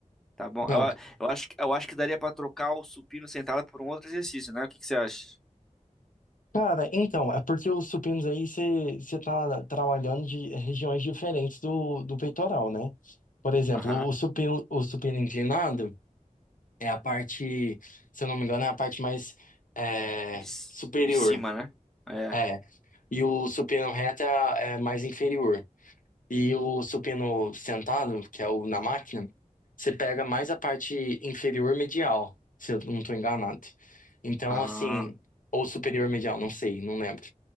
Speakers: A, in the centre; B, on the left.
A: Tá bom?
B: Não.
A: Eu, a- eu acho, que- eu acho que daria pra trocar o supino sentado por um outro exercício, né? O que que você acha?
B: Cara, então, é porque os supinos aí você você tá trabalhando de regiões diferentes do, do peitoral, né? Por exemplo,
A: Aham.
B: o supino, o supino inclinado é a parte, se eu não me engano, é a parte mais é,
A: De, c-
B: superior.
A: de cima, né? É.
B: É. E o supino reto é, a- é mais inferior. E o supino sentado, que é o na máquina, você pega mais a parte inferior medial, se eu não estou enganado. Então,
A: Ah.
B: assim, ou superior medial, não sei, não lembro.